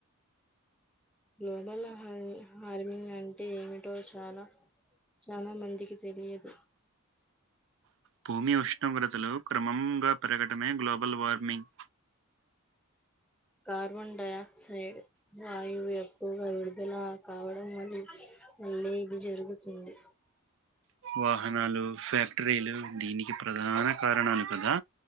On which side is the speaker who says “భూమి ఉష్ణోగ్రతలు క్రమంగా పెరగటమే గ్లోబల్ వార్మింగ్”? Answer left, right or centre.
Right